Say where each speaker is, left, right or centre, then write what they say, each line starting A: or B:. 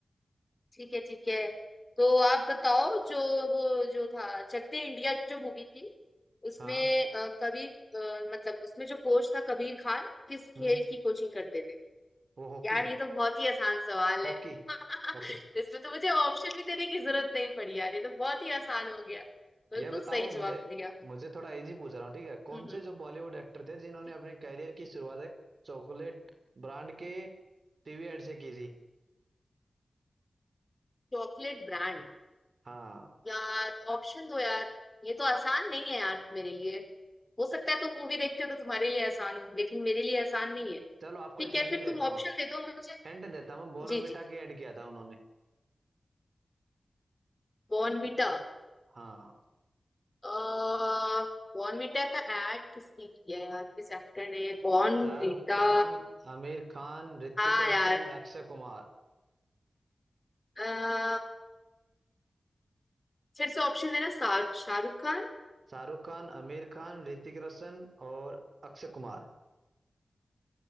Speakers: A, on the left; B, on the right.
A: ठीक है ठीक है तो आप बताओ जो वो जो था चकते इंडिया जो मूवी थी उसमें
B: हाँ
A: अ, कबीर अ, मतलब उसमें जो कोच था कबीर खान किस
B: हम्म
A: खेल की कोचिंग करते थे
B: वो हॉकी
A: यार ये तो बहुत ही आसान सवाल
B: हॉकी
A: है <laughs>
B: हॉकी
A: इसमें तो मुझे ऑप्शन भी देने की जरूरत नहीं पड़ी यार ये तो बहुत ही आसान हो गया बिल्कुल
B: ये बताओ
A: सही जवाब
B: मुझे
A: दिया हम्म
B: मुझे थोड़ा इजी पूछ रहा हूँ ठीक है कौन
A: हम्म,
B: से जो बॉलीवुड एक्टर थे जिन्होंने
A: हम्म।
B: अपने करियर की शुरुआत एक चॉकलेट ब्रांड के टीवी एड से की थी
A: चॉकलेट ब्रांड
B: हाँ
A: यार ऑप्शन दो यार ये तो आसान नहीं है यार मेरे लिए हो सकता है तुम मूवी देखते हो तो तुम्हारे लिए आसान हो लेकिन मेरे लिए आसान नहीं है
B: चलो आपको
A: ठीक
B: एक
A: है
B: हिंट
A: फिर
B: देता
A: तुम ऑप्शन
B: हूँ
A: दे दो मुझे
B: हिंट देता हूँ बॉर्नविटा
A: जी जी
B: की ऐड किया था उन्होंने
A: बॉर्नवीटा
B: हाँ
A: अह बॉर्नवीटा का एड किसने किया है यार किस एक्टर ने बॉर्नवीटा
B: शाहरुख खान आमिर खान ऋतिक
A: हाँ यार
B: रोशन अक्षय कुमार
A: अह फिर से ऑप्शन देना शा- शाहरुख खान
B: शाहरुख खान आमिर खान ऋतिक रोशन और अक्षय कुमार